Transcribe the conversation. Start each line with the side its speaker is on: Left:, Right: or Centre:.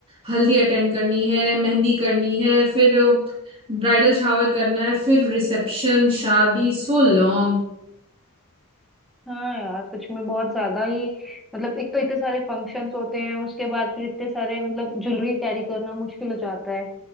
Right: हल्दी अटेंड करनी है मेहंदी करनी है फिर ब्राइडल शावर करना है फिर रिसेप्शन शादी so long
Centre: हाँ यार सच में बहुत ज्यादा ही मतलब एक तो इतने सारे फंक्शंस होते हैं उसके बाद फिर इतने सारे मतलब ज्वेलरी कैरी करना मुश्किल हो जाता है